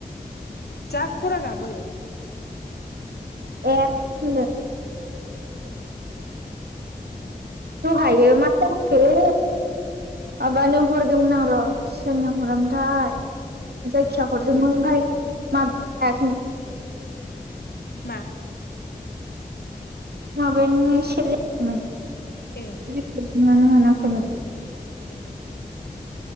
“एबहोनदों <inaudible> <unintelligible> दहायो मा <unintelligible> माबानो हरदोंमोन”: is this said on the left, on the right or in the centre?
Right